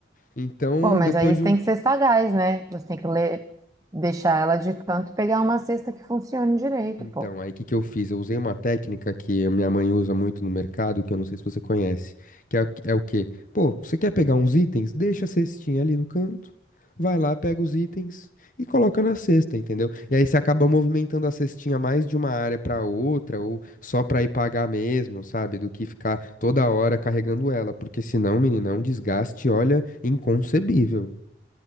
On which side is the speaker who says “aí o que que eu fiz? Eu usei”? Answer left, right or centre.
Left